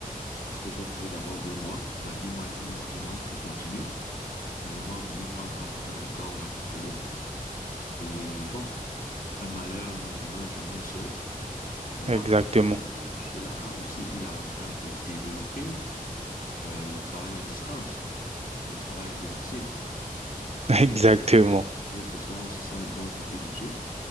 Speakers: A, on the left; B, on the right.
A: parce que j'ai pris d'abord deux mois, et ben, ils m'a- ils m'ont dit non, tu continues. Le moment venu, quand on aura besoin de toi, on va t'appeler. Et bon. Un malheur ne venant jamais seul, cela
B: Exactement.
A: a aussi eu, cela a aussi eu l'avantage de développer euh, le travail à distance, le travail à domicile. Parce
B: <laughs> Exactement.
A: qu'en réalité- oui, c'est ça, c'est ça le bon côté du truc.